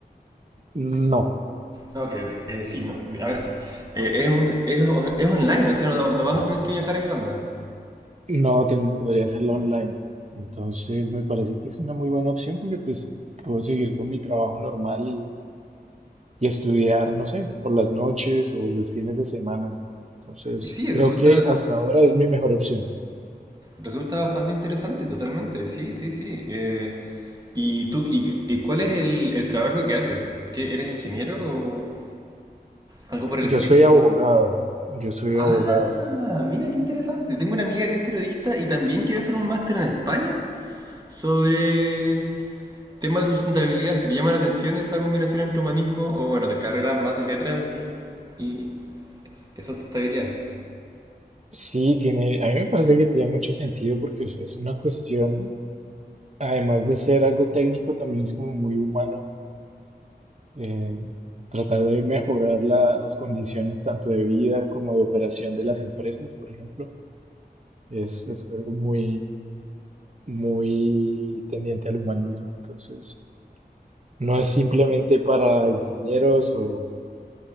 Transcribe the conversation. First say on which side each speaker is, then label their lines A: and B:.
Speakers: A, on the right; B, on the right.
A: no,
B: Ok, ok. Eh, sí, no, ahora sí. Eh, es, un- es, es online, o sea, no, no vas a tener que viajar a Irlanda.
A: no ten- podría hacerlo online. Entonces me parece que es una muy buena opción porque pues puedo seguir con mi trabajo normal y estudiar, no sé, por las noches o los fines de semana. Entonces,
B: Y sí,
A: creo
B: resulta,
A: que hasta ahora es mi mejor opción.
B: resulta bastante interesante, totalmente. Sí, sí, sí. Eh, ¿y tú, y, y cuál es el, el trabajo que haces? ¿Qué, eres ingeniero o algo por el
A: Yo
B: estilo?
A: soy abogado, yo soy
B: Ah,
A: abogado.
B: mira qué interesante. Tengo una amiga que es periodista y también quiere hacer un máster en España. Sobre temas de sustentabilidad, me llama la atención esa combinación entre humanismo o, bueno, de carreras más de letras y, y y sustentabilidad.
A: Sí, tiene, a mí me parece que tiene mucho sentido porque es, es una cuestión, además de ser algo técnico, también es como muy humano, eh, tratar de mejorar la- las condiciones tanto de vida como de operación de las empresas, por ejemplo, es, es algo muy, muy tendiente al humanismo. Entonces, No es simplemente para ingenieros o,